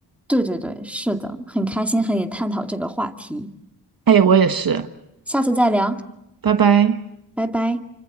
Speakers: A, in the centre; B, on the right.
A: 对对对，是的，很开心和你探讨这个话题，
B: 哎，我也是，
A: 下次再聊，
B: 拜拜。
A: 拜拜。